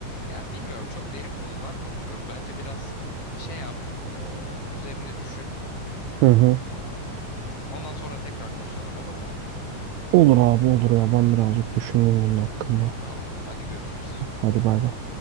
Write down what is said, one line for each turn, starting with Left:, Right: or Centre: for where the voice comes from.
Left: Ya bilmiyorum çok derin konular konuşuyoruz. Bence biraz şey yap, e, üzerine düşün.
Right: Hı hı.
Left: E, ondan sonra tekrar konuşalım olur mu?
Right: Olur abi olur ya ben birazcık düşüneyim bunun hakkında.
Left: Tamam. Hadi görüşürüz.
Right: Hadi bay bay.